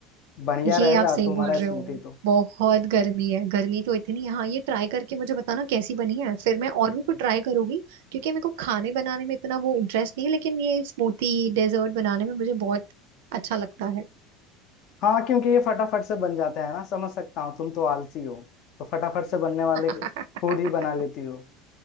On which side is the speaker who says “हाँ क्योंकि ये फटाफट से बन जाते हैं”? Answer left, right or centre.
Left